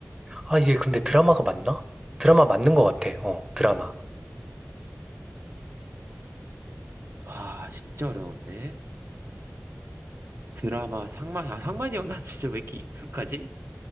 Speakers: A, on the right (about 20°); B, on the right (about 60°).
A: 아, 이게 근데 드라마가 맞나? 드라마 맞는 것 같아. 어, 드라마.
B: 와, 진짜 어려운데? 드라마, 상만이, 아, 상만이 형, 나 진짜 왜 이렇게 익숙하지?